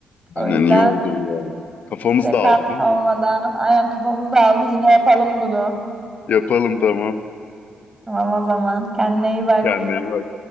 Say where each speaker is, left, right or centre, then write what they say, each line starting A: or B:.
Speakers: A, on the right (about 20°); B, on the left (about 60°).
A: O
B: Aynen
A: yüzden
B: iyi oldu ya. Kafamız
A: rekabet
B: dağıldı değil
A: olmadan
B: mi?
A: aynen kafamız dağıldı. Yine yapalım bunu.
B: Yapalım tamam.
A: Tamam o zaman. Kendine iyi bak.
B: Kendine iyi bak.